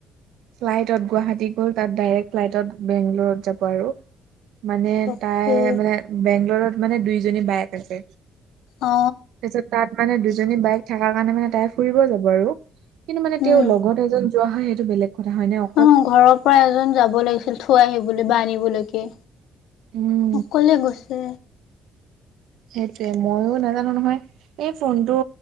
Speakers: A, on the right; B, on the left.
A: ফ্লাইটত গুৱাহাটীত গ'ল তাত ডাইৰেক্ট ফ্লাইটত বেংগলৰত যাব আৰু। মানে
B: বাপৰে
A: তাই মানে বেংগলৰত মানে দুইজনী বাইক আছে।
B: অ
A: তাৰপিছত তাত মানে দুজনী বাইক থাকা কাৰণে মানে তাই ফুৰিব যাব আৰু। কিন্তু মানে
B: উম
A: তেওঁৰ লগত এজন যোৱা হয় সেইটো বেলেগ কথা হয় নে অ
B: অ ঘৰৰ পৰা এজন যাব লাগিছিল থৈ আহিবলৈ বা আনিবলৈকে।
A: উম।
B: অকলে গছে।
A: সেইটোয়ে মইয়ো নাজানো নহয়। এই ফোনটো